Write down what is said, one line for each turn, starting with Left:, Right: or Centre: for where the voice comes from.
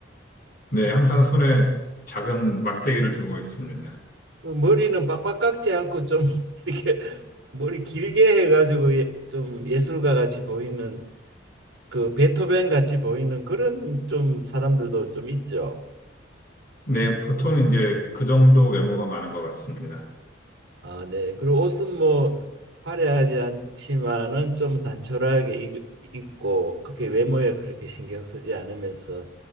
Left: 네, 항상 손에 작은 막대기를 들고 있습니다.
Right: 그 머리는 빡빡 깎지 않고 좀 <laughs> 이렇게 머리 길게 해가지고 예, 좀 예술가 같이 보이는 그 베토벤 같이 보이는 그런 좀 사람들도 좀 있죠.
Left: 네, 보통 이제 그 정도 외모가 많은 것 같습니다.
Right: 아, 네. 그리고 옷은 뭐 화려하지 않지만은 좀 단촐하게 이- 입고 그게 외모에 그렇게 신경 쓰지 않으면서